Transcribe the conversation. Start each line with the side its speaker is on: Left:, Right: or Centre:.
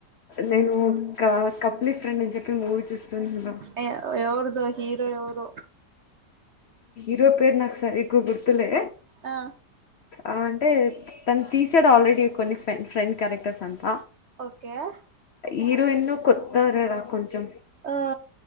Left: నేను ఒక్క కపులీ ఫ్రెండ్లీ అని చెప్పి మూవీ చూస్తున్నా
Right: ఎ ఎవరిదో హీరో ఎవరో?
Left: హీరో పేరు నాకు సరిగ్గా గుర్తులే.
Right: ఆ
Left: ఆ అంటే తను తీసాడు ఆల్రెడీ కొన్ని ఫ్రే ఫ్రెండ్ క్యారెక్టర్స్ అంట
Right: ఓకే
Left: హీరోయిన్ కొత్త అదేర కొంచెం,
Right: ఆ